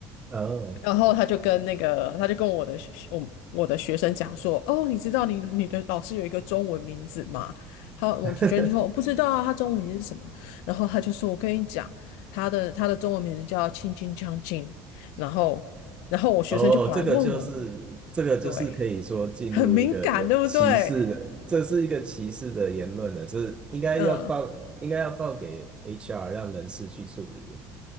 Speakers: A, on the right; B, on the left.
A: 哦。
B: 然后他就跟那个，他就跟我的学我我的学生讲说，哦，你知道你你的老师有一个中文名字吗？他我同学就说我不知道啊，
A: <laughs>
B: 他中文名字是什么？然后他就说，我跟你讲，他的他的中文名字叫青青将近。然后然后我学生就跑来问我，
A: 哦，这个就是这个就是可以说进入一个有歧视的，
B: 对，很敏感，对不对？
A: 这是一个歧视的言论了，这应该要报，
B: 嗯
A: 应该要报给 HR，让人事去处理。